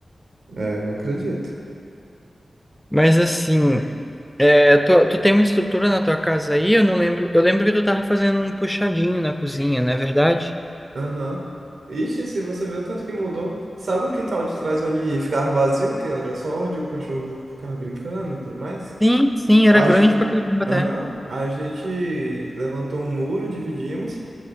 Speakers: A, on the right; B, in the centre.
A: É, eu acredito.
B: Mas assim. É, tu, tu tem uma estrutura na tua casa aí? Eu não lembro. Eu lembro que tu tava fazendo um puxadinho na cozinha, não é verdade?
A: Aham. Ixi, se você vê o tanto que mudou, sabe o quintal de trás onde ficava vazio, que era só onde o cachorro ficava brincando e tudo mais?
B: Sim, sim, era
A: A
B: grande
A: ge-
B: pra caramba até.
A: Aham. A gente levantou um muro, dividimos,